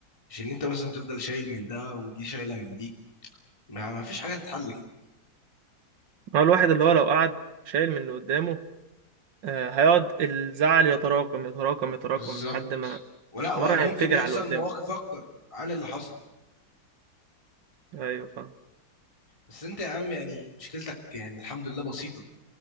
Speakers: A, on the left; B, on the right.
A: مش ان انت مثلا تفضل شايل من ده ودي شايله من دي ما ما فيش حاجه تتحل كده
B: هو الواحد اللي هو لو قعد شايل من اللي قدامه آه، هيقعد الزعل يتراكم يتراكم يتراكم
A: بالظبط
B: لحد ما
A: ولا وممكن
B: مره هينفجر
A: يحصل
B: على اللي قدامه
A: مواقف اكتر عن اللي حصل
B: ايوه فاهم
A: بس انت يا عم يعني مشكلتك يعني الحمد لله بسيطه